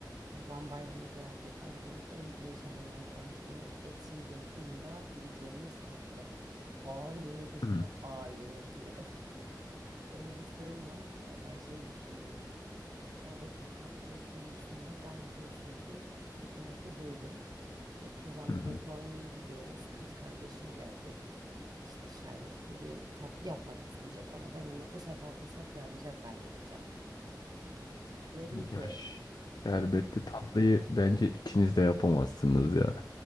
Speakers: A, on the right; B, on the left.
A: Kurban Bayramı geldi ama beni en heyecanlandıran konu etin yanında yiyeceğimiz tatlı. Ağır yemek üstüne
B: Hı
A: ağır yemek yiyelim. <laughs> Şöyle bir durum var. Ee, Ben şey düşünüyorum. Şerbetli tatlı konusunda ben biliyorsun ki çok yetenekli değilim. E, kurbanda
B: hı hı.
A: da Konya'ya gidiyoruz. Kız kardeşin gelecek. İşte şerbetli bir tatlı yapmak isteyecek ama ben ona bu sefer fırsat vermeyeceğim. Ben yapacağım. Diyorum
B: Yaş.
A: ki,
B: Şerbetli
A: di-
B: tatlıyı bence ikiniz de yapamazsınız ya.